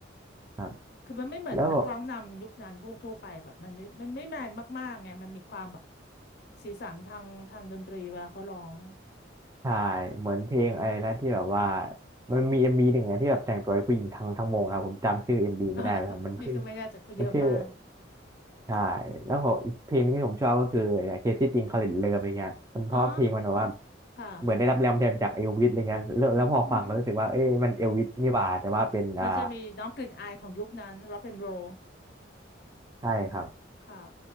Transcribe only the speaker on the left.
คือมันไม่เหมือนนักร้องนำยุคนั้นทั่วๆไปแบบมันไม่มันไม่แมนมากๆไงมันมีความแบบ
สีสันทางทางดนตรีเวลาเขาร้อง
<laughs> อ๋อเหรอพี่ก็ไม่แน่ใจเขาเยอะมาก
อ๋อค่ะ
อือหืออือหือมันจะมีน้องกลิ่นอายของยุคนั้น rock and roll
ค่ะ